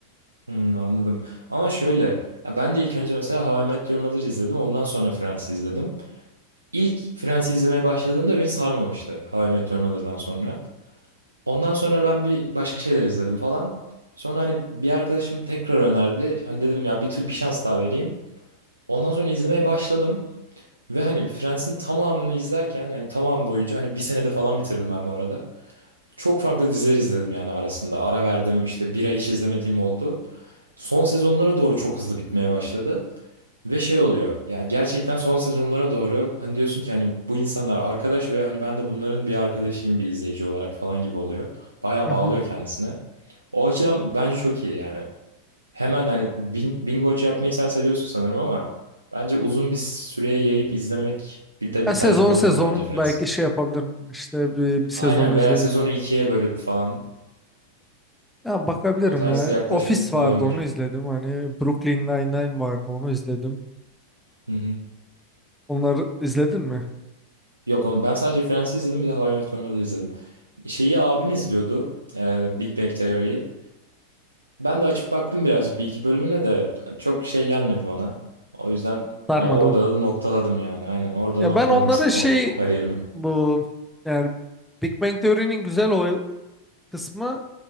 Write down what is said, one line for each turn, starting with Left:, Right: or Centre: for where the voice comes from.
Right: Hmm, anladım. Ama şöyle, ya ben de ilk önce mesela How I Met Your Mother izledim. Ondan sonra Friends izledim. İlk Friends izlemeye başladığımda beni sarmamıştı How I Met Your Mother'dan sonra. Ondan sonra ben bir başka şeyler izledim falan. Sonra hani bir arkadaşım tekrar önerdi. Hani dedim ya bir tür bir şans daha vereyim. Ondan sonra izlemeye başladım. Ve hani Friends'in tamamını izlerken yani tamam boyunca hani bir senede falan bitirdim ben bu arada. Çok farklı diziler izledim yani arasında. Ara verdim işte bir ay hiç izlemediğim oldu son sezonlara doğru çok hızlı bitmeye başladı. Ve şey oluyor ya gerçekten son sezonlara doğru hani diyorsun ki hani bu insanlar arkadaş ve hani ben de bunların bir arkadaşıyım bir izleyici olarak falan gibi oluyor. Bayağı
Centre: Hı
Right: bağlıyor
Centre: hı.
Right: kendisine. O açıdan bence çok iyi yani. Hemen hani bin- binge watch yapmayı sen seviyorsun sanırım ama bence uzun bir süreye yayıp izlemek bir de
Centre: Ya
Right: bir
Centre: sezon
Right: tercih olabilir
Centre: sezon
Right: bence Friends.
Centre: belki şey yapabilirim. işte bir, bir sezonu
Right: Aynen veya
Centre: izleyip
Right: sezonu ikiye bölüp falan
Centre: ya bakabilirim
Right: o tarz
Centre: ya.
Right: yaklaşım
Centre: Office
Right: olabilir.
Centre: vardı onu izledim. Hani Brooklyn Nine-Nine vardı onu izledim.
Right: Hı hı.
Centre: Onları izledin mi?
Right: Yok onu, ben sadece Friends'i izledim bir de How I Met Your Mother'ı izledim. Şeyi abim izliyordu. e, Big Bang Theory'yi. Ben de açıp baktım birazcık bir iki bölümüne de çok şey gelmedi bana. O yüzden
Centre: Sarmadı
Right: hani orada
Centre: mı?
Right: da noktaladım yani. Aynen orada
Centre: Ya
Right: noktaladım
Centre: ben onları
Right: sitcom
Centre: şey
Right: kariyerimi.
Centre: bu yani Big Bang Theory'nin güzel o kısmı